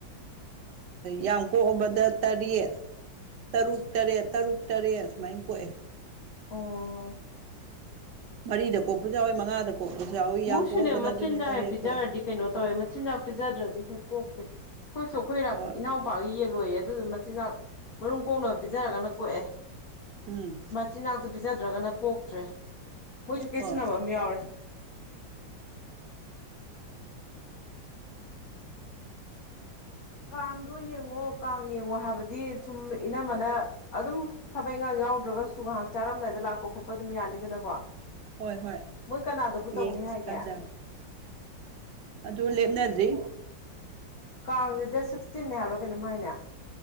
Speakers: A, on the right (about 65°); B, on the left (about 55°).
A: ꯌꯥꯝ ꯀꯣꯛꯑꯕꯗ ꯇꯔꯦꯠ ꯇꯔꯨꯛ ꯇꯔꯦꯠ ꯇꯔꯨꯛ ꯇꯔꯦꯠ ꯁꯨꯃꯥꯏꯅ ꯀꯣꯛꯑꯦ꯫
B: ꯑꯣ꯫
A: ꯃꯔꯤꯗ ꯀꯣꯛꯄꯁꯨ ꯌꯥꯎꯋꯏ ꯃꯉꯥꯗ ꯀꯣꯛꯄꯁꯨ ꯌꯥꯎꯋꯤ ꯌꯥꯝ
B: ꯃꯣꯏꯁꯨꯅꯦ
A: ꯀꯣꯛꯑꯕꯗ
B: ꯃꯆꯤꯟꯖꯥꯛ
A: ꯑꯗꯨꯅ ꯇꯔꯦꯠ
B: ꯍꯦꯛ ꯄꯤꯖꯔꯗꯤ
A: ꯀꯣꯛꯑꯦ
B: ꯀꯩꯅꯣ ꯇꯧꯋꯦ ꯃꯆꯤꯟꯖꯥꯛ ꯄꯤꯖꯗ꯭ꯔꯗꯤ ꯍꯦꯛ ꯀꯣꯛꯇꯦ꯫ ꯑꯩꯈꯣꯏꯁꯨ ꯑꯩꯈꯣꯏꯔꯥꯛ
A: ꯍꯣꯏ
B: ꯏꯅꯥꯎ꯫ ꯄꯥꯛꯒꯤ ꯌꯦꯜꯂꯣꯏꯌꯦ ꯑꯗꯨꯗꯨ ꯃꯆꯤꯟꯅꯥꯥꯛ ꯃꯔꯨꯝ ꯈꯣꯡꯅꯕ ꯄꯤꯖꯔꯒꯅ ꯀꯣꯛꯑꯦ
A: ꯎꯝ
B: ꯆꯤꯟꯖꯥꯛꯇꯨ ꯄꯤꯖꯗ꯭ꯔꯒꯅ ꯀꯣꯛꯇ꯭ꯔꯦ ꯃꯣꯏꯁꯨ ꯀꯦꯁꯤꯟꯅꯕ
A: ꯍꯣꯏ
B: ꯑꯃ ꯌꯥꯎꯔꯦ ꯀꯥꯡꯗꯣ ꯌꯦꯡꯉꯣ ꯀꯥꯡ ꯌꯦꯡꯉꯣ ꯍꯥꯏꯕꯗꯤ ꯁꯨꯝ ꯏꯅꯝꯃꯅ ꯑꯗꯨꯝ ꯊꯕꯛ ꯏꯪꯉꯥꯡ ꯌꯥꯎꯗ꯭ꯔꯒꯁꯨ ꯉꯥꯏꯍꯥꯛ ꯆꯥꯔꯝꯗꯥꯏꯗ ꯂꯥꯛꯄ ꯈꯣꯠꯄ ꯑꯗꯨꯝ ꯌꯥꯅꯤꯗꯅꯀꯣ
A: ꯍꯣꯏ ꯍꯣꯏ
B: ꯃꯣꯏ ꯀꯅꯥꯗꯕꯨ ꯇꯧꯅꯤ
A: ꯌꯦꯡꯁꯤ
B: ꯍꯥꯏꯒꯦ
A: ꯇꯥꯟꯖꯔꯒꯦ ꯑꯗꯨ ꯂꯦꯞꯅꯗ꯭ꯔꯤ
B: ꯀꯥꯡꯁꯤꯗ ꯁꯤꯛꯁꯇꯤꯟꯅꯦ ꯍꯥꯏꯕ꯭ꯔꯥ ꯀꯩꯅꯣꯝ ꯍꯥꯏꯅꯦ